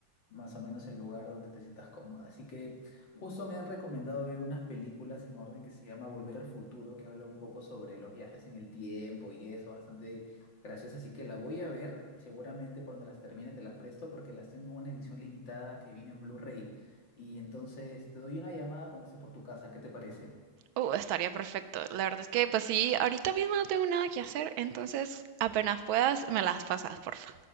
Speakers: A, on the left; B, on the right.
A: más o menos el lugar donde te sientas cómoda. Así que justo me han recomendado ver unas películas en orden que se llama Volver al Futuro, que habla un poco sobre los viajes en el tiempo y eso, bastante gracioso. Así que la voy a ver y seguramente cuando las termine te la presto porque las tengo en una edición limitada que viene en Blu-ray. Y entonces te doy una llamada cuando esté por tu casa. ¿Qué te parece?
B: Uh, estaría perfecto. La verdad es que, pues sí, ahorita mismo no tengo nada que hacer, entonces apenas puedas, me las pasas, porfa.